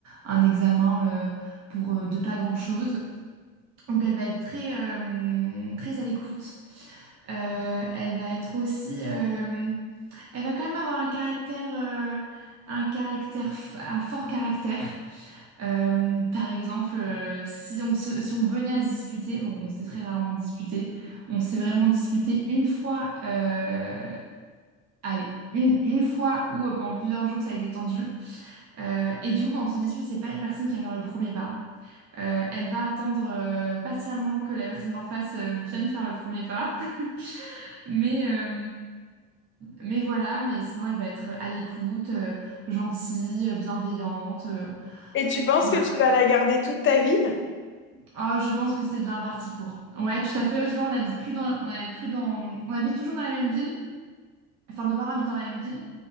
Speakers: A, on the right (about 50°); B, on the left (about 35°).
A: un examen euh, pour euh, de pas grand-chose. Donc elle va être très, euh, très à l'écoute. Euh, elle va être aussi, euh, elle va quand même avoir un caractère, euh, un caractère, f- un fort caractère. Euh, par exemple, euh, si on se- si on venait à se disputer, bon, on s'est très rarement disputé. On s'est vraiment disputé une fois. euh, allez, une, une fois où euh, pendant plusieurs jours ça a été tendu. Euh, et du coup, quand on se dispute, c'est pas une personne qui va faire le premier pas. Euh, elle va attendre euh, patiemment que la personne d'en face euh, vienne faire le premier pas. <laughs> Mais, euh, mais voilà, mais sinon elle va être à l'écoute, euh, gentille, euh, bienveillante. euh,
B: Et tu penses
A: voilà.
B: que tu vas la garder toute ta vie?
A: Ah, je pense que c'est bien parti pour. Ouais, tout à fait. Oh, Tu vois, on habite plus dans, on habite plus dans, on habite toujours dans la même ville. Enfin, nos parents habitent dans la même ville